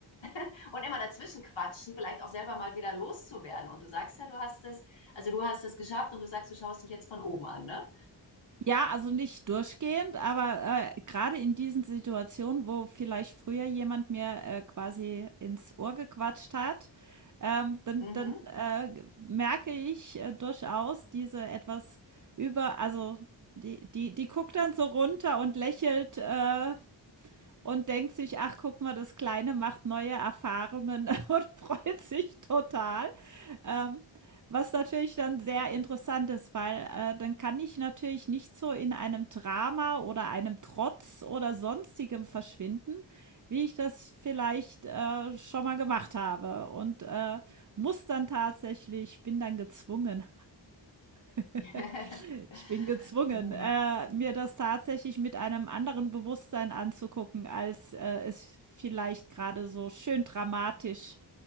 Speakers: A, on the left; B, on the right.
A: <laughs> und immer dazwischen quatschen, vielleicht auch selber mal wieder loszuwerden. Und du sagst ja, du hast es, also du hast es geschafft und du sagst, du schaust dich jetzt von oben an, ne?
B: Ja, also nicht durchgehend, aber äh, gerade in diesen Situationen, wo vielleicht früher jemand mir äh, quasi ins Ohr gequatscht hat, ähm, dann,
A: Mhm.
B: dann äh, g- merke ich äh, durchaus diese etwas über, also die, die, die guckt dann so runter und lächelt. Äh, und denkt sich: „Ach, guck mal, das Kleine macht neue Erfahrungen“ <laughs> und freut sich total. Ähm, was natürlich dann sehr interessant ist, weil, äh, dann kann ich natürlich nicht so in einem Drama oder einem Trotz oder Sonstigem verschwinden, wie ich das vielleicht, äh, schon mal gemacht habe und, äh, muss dann tatsächlich bin dann gezwungen <laughs>
A: <laughs>
B: Ich bin gezwungen,
A: Mhm.
B: äh, mir das tatsächlich mit einem anderen Bewusstsein anzugucken, als, äh, es vielleicht gerade so schön dramatisch